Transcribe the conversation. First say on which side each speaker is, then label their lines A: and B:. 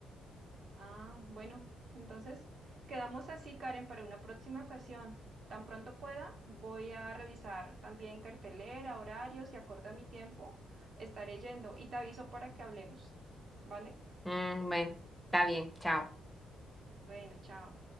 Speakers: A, on the right (about 55°); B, in the centre.
A: Ah, bueno, entonces quedamos así, Karen, para una próxima ocasión. Tan pronto pueda, voy a revisar también cartelera, horarios y acorde a mi tiempo, estaré yendo y te aviso para que hablemos. ¿Vale?
B: Mm, bueno, está bien, chao.
A: Bueno, chao.